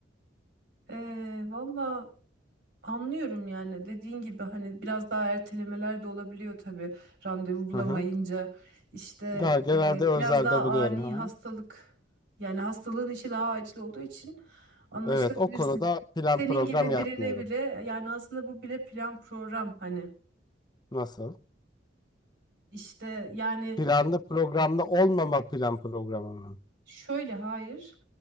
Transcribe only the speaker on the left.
Hı hı.
Ya, genelde
özelde
buluyorum.
Ha.
Evet, o konuda plan
program
yapmıyorum.
Nasıl?
Planlı programlı olmama plan programı mı?